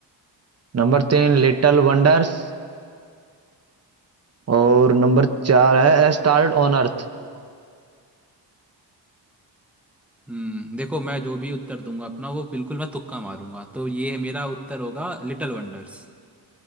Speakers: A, on the right; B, in the centre.
A: नंबर तीन लिटिल वंडर्स और नंबर चार है स्टार ऑन अर्थ
B: हम्म देखो मैं जो भी उत्तर दूंगा अपना वो बिल्कुल मैं तुक्का मारूंगा तो ये है मेरा उत्तर होगा लिटिल वंडर्स